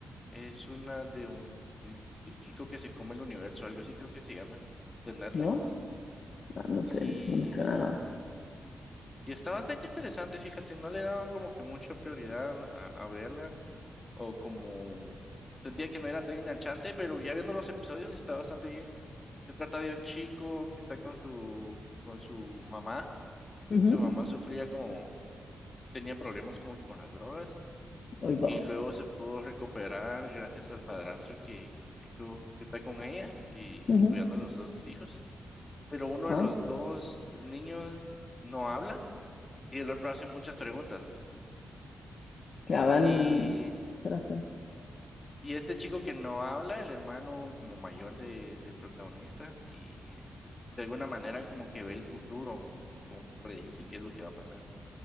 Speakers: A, on the left (about 35°); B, on the left (about 60°).
A: es una de un el, el chico que se come el universo, algo así creo que se llama, de Netflix.
B: ¿No? No, no sé,
A: Y,
B: no me suena nada.
A: y está bastante interesante, fíjate, no le daba como que mucha prioridad a, a verla, o como sentía que no era tan enganchante, pero ya viendo los episodios está bastante bien. Se trata de un chico que está con su, con su mamá.
B: Ujú.
A: Su mamá sufría como, tenía problemas como que con las drogas
B: Hoy va.
A: y luego se pudo recuperar gracias al padrastro que, que tuvo, que está con ella y,
B: Ujú.
A: y cuidando a los dos hijos. Pero uno de
B: Ah,
A: los dos niños no habla y el otro hace muchas preguntas.
B: ya van.
A: Y,
B: Gracias.
A: y este chico que no habla, el hermano como mayor de, del protagonista, y eh, de alguna manera como que ve el futuro y como que predice qué es lo que va a pasar.